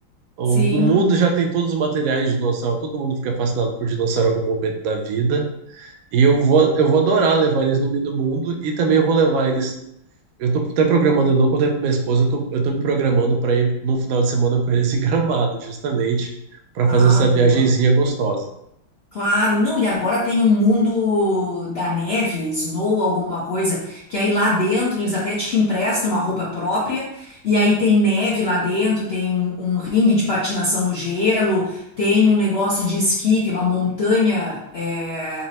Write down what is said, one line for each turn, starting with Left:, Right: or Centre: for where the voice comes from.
Right: o,
Left: Sim.
Right: o mundo já tem todos os materiais de dinossauro, todo mundo fica fascinado por dinossauro em algum momento da vida. E eu vou, eu vou adorar levar eles no meio do mundo e também eu vou levar eles Eu tô até programando, eu não contei pra minha esposa, eu tô, eu tô me programando para ir no final de semana com eles em Gramado, justamente, para fazer
Left: Ah,
Right: essa
Left: boa.
Right: viagenzinha gostosa.
Left: Claro, não, e agora tem um mundo da neve, snow, alguma coisa, que aí lá dentro eles até te emprestam uma roupa própria, e aí tem neve lá dentro, tem um, um ringue de patinação no gelo, tem um negócio de esqui, tem uma montanha eh,